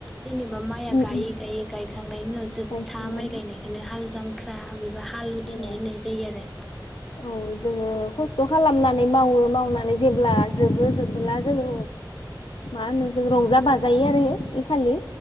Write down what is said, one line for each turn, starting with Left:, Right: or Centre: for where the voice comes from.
Centre: जेनेबा माइआ
Left: उम
Centre: गायै
Left: उम
Centre: गायै गायखांनायनि उनाव जोबथा
Left: गायखांनानै
Centre: माइ गायनायखायनो हाल जांख्रा बेबा हाल उथिनाय
Left: औ
Centre: होननाय जायो आरो।
Left: औ जोङो खस्थ' खालामनानै मावो मावनानै जेब्ला जोबो जोबोला जोङो मा होनो जों रंजा बाजायो आरो इ खालि